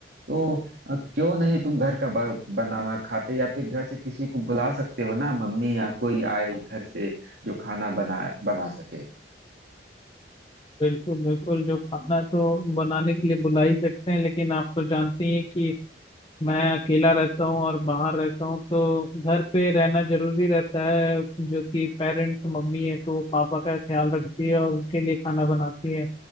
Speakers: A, on the right (about 70°); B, on the left (about 30°).
A: तो अ, क्यों नहीं तुम घर का ब- बनाना खाते या फिर घर से किसी को बुला सकते हो ना मम्मी या कोई आए घर से जो खाना बना बना सके
B: बिल्कुल बिल्कुल जो खाना तो बनाने के लिए बुला ही सकते हैं लेकिन आप तो जानते ही हैं कि मैं अकेला रहता हूँ और बाहर रहता हूँ तो घर पे रहना जरूरी रहता है जो कि पेरेंट्स मम्मी है तो वो पापा का ख्याल रखती है और उनके लिए खाना बनाती है